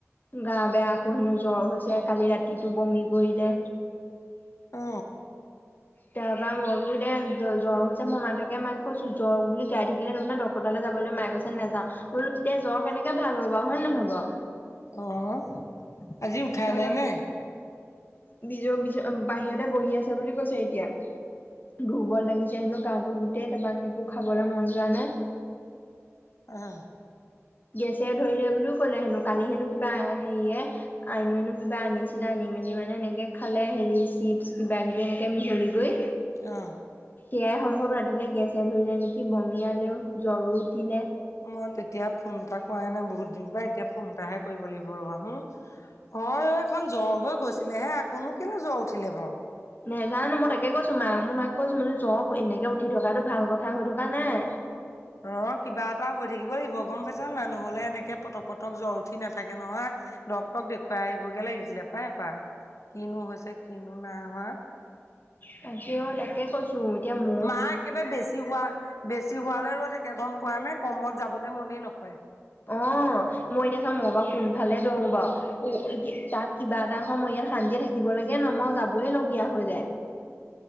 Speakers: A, on the left; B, on the left.
A: গা বেয়া, আকৌ হেনো জ্বৰ হৈছে, কালি ৰাতিটো বমি কৰিলে।
B: অ
A: তাৰপৰা মই বোলো দে, জ্ব জ্বৰ হৈছে মই মা তাকে মাক কৈছো, জ্বৰ বুলি গাই থাকিলে তাৰমানে ডক। ডক্টৰ তালৈ যাবলৈ, মাই কৈছে নেযাওঁ, বোলো তেতিয়া, জ্বৰ কেনেকে ভাল হ'ব বাৰু নহয় বাৰু।
B: অ', আজি উঠাই
A: তাৰপৰা
B: নাই নে?
A: <unintelligible> বাহিৰতে বহি আছে বুলি কৈছে এতিয়া। দুৰ্বল লাগিছে হেনো গাটো গোটেই, তাপা একো খাবলৈ মন যোৱা নাই।
B: অ'।
A: গেছে ধৰিলে বুলিও ক'লে হেনো, কালি হেনো কিবা হেৰিয়ে। আইনুৱেনো কিবা আনিছিলে, আনি মেলি মানে এনেকে খালে, হেৰি চিপছ কিবা-কিবি এনেকে মিহলি কৰি।
B: অ'।
A: এয়াই সম্ভৱ, ৰাতিলৈ গেছে ধৰিলে নেকি, বমিয়ালেও, জ্বৰো উঠিলে।
B: মই তেতিয়া, ফোন এটা কৰাই নাই, বহুত দিন পাই, এতিয়া ফোন এটাহে কৰিব লাগিব ৰ'বাছোন। হয়, অই এখন জ্বৰ হৈ গৈছিলে হে, আকৌ নো কেলে জ্বৰ উঠিলে বাৰু।
A: নেজানো, মই তাকে কৈছো মাক, মই মাক কৈছো, জ্বৰ এনেকে উঠি থকাটো ভাল কথা হৈ থকা নাই।
B: অ', কিবা এটা হৈ থাকিব লাগিব, গম পাইছো নে নাই, নহ'লে এনেকে পতক, পতক জ্বৰ উঠি নাথাকে নহয়। ডক্টৰক দেখুৱাই আহিবগে লাগিছিলে পাই এপাক, কিনো হৈছে, কিনো নাই হোৱা।
A: তাক অ', তাকে কৈছো। তো, এতিয়া মোৰ।
B: মা একেবাৰে বেছি হোৱা। বেছি হোৱালে ৰৈ থাকে গম পোৱা নে, কমত যাবলৈ মনেই নকৰে।
A: অ', মই এতিয়া চা, মই বাৰু কোনফালে দৌৰো বাৰু। তাত কিবা এটা হয়, মই ইয়াত শান্তিয়ে থাকিবলৈকে নোৱাৰোঁ, মই যাৱই লগীয়া হৈ যায়।